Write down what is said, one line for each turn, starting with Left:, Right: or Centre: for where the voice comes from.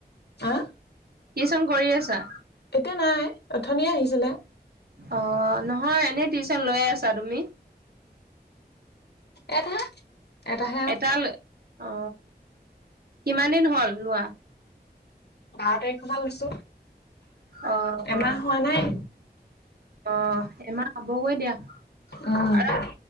Left: হা
Right: টিউচন কৰি আছা
Left: এতিয়া নাই অথনিয়ে আহিছিলে
Right: অ নহয় এনেই টিউচন লৈয়ে আছা তুমি
Left: এটা এটাহে আৰু
Right: এটা লৈ অ কিমান দিন হ'ল লোৱা
Left: বাৰ তাৰিখৰ পৰা লৈছো
Right: অ', অ',
Left: এমাহ হোৱা নাই
Right: অ এমাহ হ'বগৈ দিয়া
Left: উম
Right: আৰু